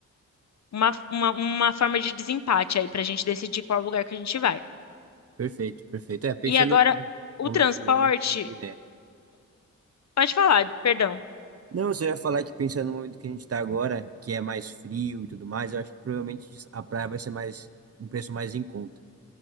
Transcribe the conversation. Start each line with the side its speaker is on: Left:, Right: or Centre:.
Left: uma, uma, uma forma de desempate aí para a gente decidir qual lugar que a gente vai.
Right: perfeito, perfeito. É, pensando
Left: E agora,
Right: no
Left: o
Right: momento
Left: transporte,
Right: do ano, uma boa ideia.
Left: pode falar, perdão,
Right: Não, você ia falar que pensando no momento que a gente está agora, que é mais frio e tudo mais, eu acho que provavelmente a praia vai ser mais, um preço mais em conta.